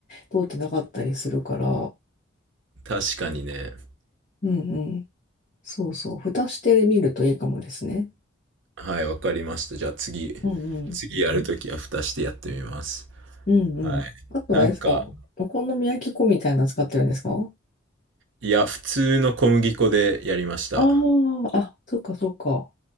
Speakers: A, on the left (about 40°); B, on the right (about 65°).
A: 通ってなかったりするから、
B: 確かにね。
A: うんうん。そうそう。蓋してみるといいかもですね。
B: はい、わかりました。じゃあ次、
A: うんうん。
B: 次やるときは蓋してやってみます。
A: うんうん。
B: はい。
A: あとはあれですか、
B: なんか、
A: お好み焼き粉みたいなの使ってるんですか
B: いや、普通の小麦粉でやりました。
A: ああ、あ、そっかそっか。